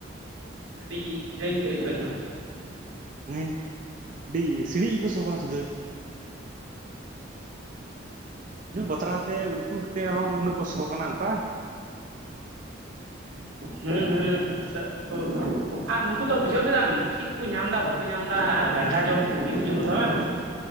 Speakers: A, on the right; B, on the right.
A: ᱟᱹᱰᱤ ᱡᱩᱫᱟᱹᱧ ᱟᱭᱠᱟᱹᱣ ᱠᱚᱣᱟ ᱤᱧ ᱦᱚᱸ
B: ᱦᱮᱸ ᱟᱹᱰᱤ ᱥᱤᱲᱤᱡ ᱜᱮᱠᱚ ᱥᱚ ᱠᱟᱱᱟ ᱥᱩᱫᱟᱹᱭ ᱧᱩ ᱵᱟᱛᱨᱟᱣ ᱛᱮ ᱩᱛᱩ ᱠᱟᱛᱮᱜ ᱦᱚᱸ ᱩᱱᱟᱹᱜ ᱠᱚ ᱥᱚ ᱠᱟᱱᱟ ᱚᱱᱠᱟ <inaudible>
A: ᱦᱩᱸ ᱦᱩᱸ ᱦᱤᱛᱚᱜ ᱦᱳ ᱟᱨ ᱱᱩᱠᱩ ᱫᱚ ᱵᱩᱡᱷᱟᱹᱣ ᱠᱮᱫᱟᱢ ᱪᱮᱜ ᱠᱚᱠᱚ ᱧᱟᱢ ᱫᱟ ᱵᱟᱠᱚ ᱧᱟᱢ ᱫᱟ ᱟᱨ ᱜᱷᱟᱴᱟ ᱡᱚᱢ <unintelligible> ᱠᱚ ᱡᱚᱢ ᱮᱫᱟ ᱵᱟᱝ